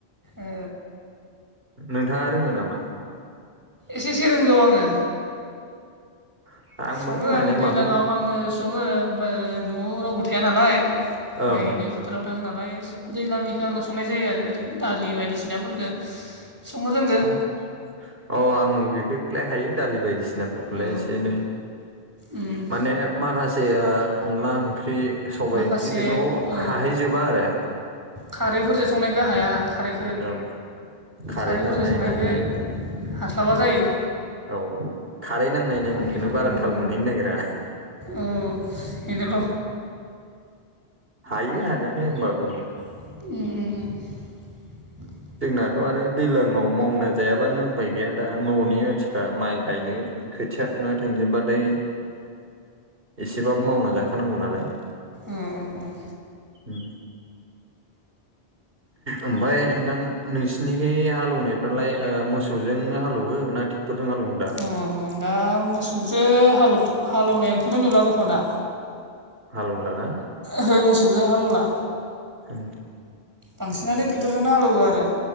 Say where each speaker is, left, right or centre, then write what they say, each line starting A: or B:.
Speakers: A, on the right; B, on the right.
A: ओ
B: नोंथांङा रोंङो नामा?
A: एसेसे रोंगौ आंङो
B: अ आंबो
A: संङो आंङो
B: माने
A: दैज्लाङाव
B: माखौ
A: आं आंनो संङो न'आव रावबो थाया नालाय
B: ओं
A: माइ गायनो
B: ओं
A: बोथाराव थांङो नालाय दैज्लांनिखौ आंनो संनाय जायो आरो ओरैनो दालि बायदिसिनाफोरखो संनो रोंगोन
B: ओं अ आंबो बेफोरखौलाय हायो दालि बायदिसिनाफोरखौलाय
A: ओ
B: एसे एनै
A: उम
B: माने माखासे अनला ओंख्रि सबायाइ
A: माखासे
B: ओंख्रि बेफोरखौ
A: औ
B: हाहैजोबा आरो
A: खारैफोरजों संनायखौ हाया खारै
B: ओं खारै
A: खारैफोरजों
B: नांनाय
A: संनायखौ
B: नाङि
A: हास्लाबा जायो।
B: औ खारै नांनाय नांङैखौनो
A: बाखिफोरखौ
B: बारा थाल
A: ओं
B: मोनहैनो नागिरा
A: औ बेनोल'
B: हायो हानायालाय होमबाबो
A: उम उम उम
B: जोंनाथ' आरो दैज्लांङाव मावना जायाबानो उफाय गैया दा न'नि मानसि फ्रा माइ गायनो खोथिया फुना थांजोबबाथाय एसेबाबो मावना जाखा खानांगौ नालाय
A: अ अ औ
B: उम ओमफफ्राय नोंथां नोंसिनिहाय हालौवनायफ्रालाय मोसौजोंनो हालौवो ना थि तेक्टरजों हालवो
A: अ दा मोसौसो हाल हालौवनायखौनो नुला दख' दा
B: हालुंलााना
A: ओहो मोसौजों हालेवला
B: ओं
A: बांसिनानो ट्रेक्टरजोंनो हालेवो आरो